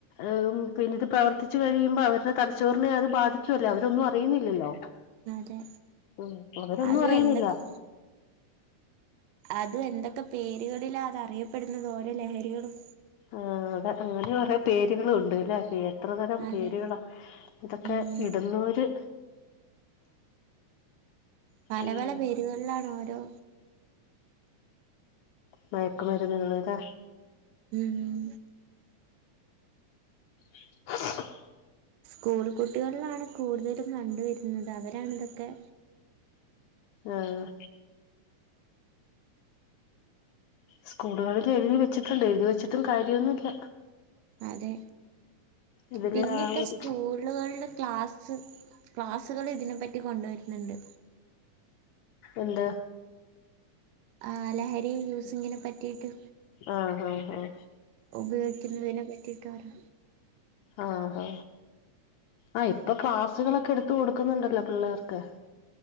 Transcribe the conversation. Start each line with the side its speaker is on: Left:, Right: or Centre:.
Left: ഏമ് പിന്നിത് പ്രവർത്തിച്ചു കഴിയുമ്പോ അവർടെ തലച്ചോറിനെ അത് ബാധിച്ചുവല്ലേ അവരൊന്നും അറിയുന്നില്ലല്ലോ.
Right: അതെ
Left: ഉം അവരൊന്നും
Right: അത്
Left: അറിയുന്നില്ല
Right: എന്തൊക്കെ അതും എന്തൊക്കെ പേര്കളിലാ അതറിയപ്പെടുന്നത് ഓരോ ലഹരികളും
Left: ആഹ് അതെ അങ്ങനൊറെ പേര്കളും ഉണ്ട് ലെ പേ എത്രതരം
Right: അതെ
Left: പേരുകളാ ഇതൊക്കെ
Right: ഉം
Left: ഇടുന്നോര്
Right: പല
Left: ഉം
Right: പല പേരുകളിലാണോരോ
Left: മയക്കുമരുന്നുകള് ലെ
Right: ഉം
Left: <inaudible>
Right: സ്കൂൾ കുട്ടികളിലാണ് കൂടുതലും കണ്ട് വരുന്നത് അവരാണിതൊക്കെ
Left: ആഹ് സ്കൂളുകളില് എഴ്തി വെച്ചിട്ടുണ്ട് എഴുതി വെച്ചിട്ടും കാര്യോന്നുല്ല.
Right: അതെ
Left: ഇതില്
Right: പിന്നിപ്പ
Left: ആ ഒരു
Right: സ്കൂളുകളില് ക്ലാസ് സ് ക്ലാസ്സുകൾ ഇതിനെപ്പറ്റി കൊണ്ടുവരുന്നുണ്ട്.
Left: എന്ത്‌?
Right: ആ ലഹരി യൂസിങ്ങിനെ പറ്റിയിട്ട്
Left: ആഹ് ഹ ഹ
Right: ഉപയോഗിക്കുന്നതിനെ പറ്റിയിട്ട് ഓരോ
Left: ആഹ് ഹാ ആഹ് ഇപ്പൊ ക്ലാസ്സുകളൊക്കെ എടുത്ത് കൊടുക്കുന്നുണ്ടല്ലോ പിള്ളേർക്ക്.